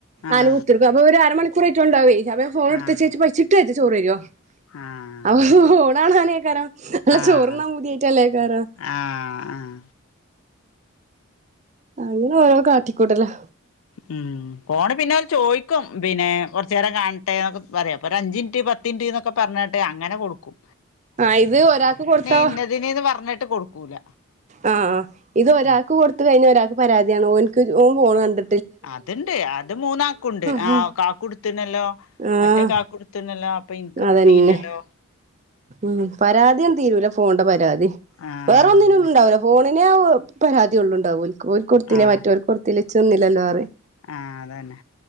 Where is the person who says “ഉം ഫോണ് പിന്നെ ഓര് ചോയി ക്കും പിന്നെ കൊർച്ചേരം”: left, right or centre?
Left